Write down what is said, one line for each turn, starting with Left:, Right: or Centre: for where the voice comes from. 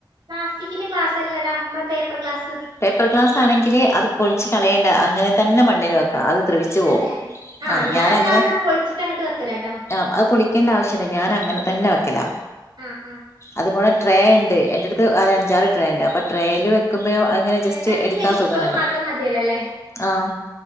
Right: പ്ലാസ്റ്റിക്കിന്റെ ഗ്ലാസ്സല്ലെടാ മ്മടെ പേപ്പർ ഗ്ലാസ്.
Left: പേപ്പർ ഗ്ലാസ് ആണെങ്കില് അത് പൊളിച്ച് കളയേണ്ട അങ്ങനെ തന്നെ മണ്ണില് വെക്കാം. അത് ദ്രവിച്ചു
Right: തന്നെ
Left: പോവും,
Right: ആഹ്
Left: ആ
Right: ഞാൻ
Left: ഞാനങ്ങനെ,
Right: എന്നാ അത് പൊളിച്ചിട്ട് അങ്ങട്ട് വെക്കലാട്ടോ
Left: ആ അത് പൊളിക്കണ്ട ആവശ്യല്ല, ഞാൻ അങ്ങനെ
Right: ആഹ്
Left: തന്നെ വെക്കലാ
Right: ആഹ് ആഹ്
Left: അതുപോലെ ട്രേ ഇണ്ട് എന്റെ അടുത്ത് ഒരഞ്ചാറ് ട്രേയിണ്ട് അപ്പോ ട്രേയിൽ വെക്ക്മ്പോൾ അങ്ങനെ ജസ്റ്റ്
Right: വേലാണെങ്കി
Left: എടുക്കാൻ
Right: ചകിരിച്ചോറ്
Left: സുഖണല്ലോ
Right: മാത്രം മതിയല്ലോ അല്ലേ
Left: ആ